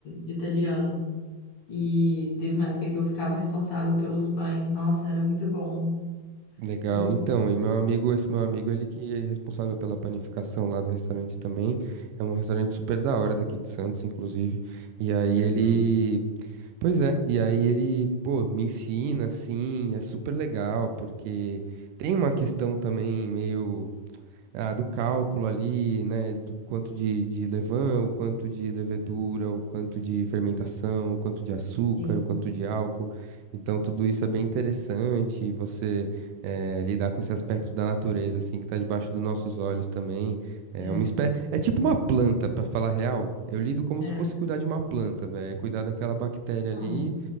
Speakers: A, on the left; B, on the right.
A: italiano e teve uma época que eu ficava responsável pelos pães. Nossa, era muito bom.
B: Legal.
A: E
B: Então, e meu amigo, esse meu amigo, ele que é responsável pela panificação lá do restaurante também. É um restaurante super da hora daqui de Santos, inclusive. E aí
A: que legal.
B: ele, pois é, e aí ele, pô, me ensina assim, é super legal, porque tem uma questão também meio ah, do cálculo ali, né, do quanto de, de levain, o quanto de levedura, o quanto de fermentação, o quanto de açúcar,
A: Sim,
B: o quanto de álcool. Então, tudo isso é bem interessante, você eh, lidar com esse aspecto da natureza, assim, que está debaixo dos nossos olhos também. É
A: é,
B: uma espé... é tipo uma planta, para falar a real. Eu lido como
A: é.
B: se fosse cuidar de uma planta, velho, É cuidar daquela bactéria
A: Não,
B: ali,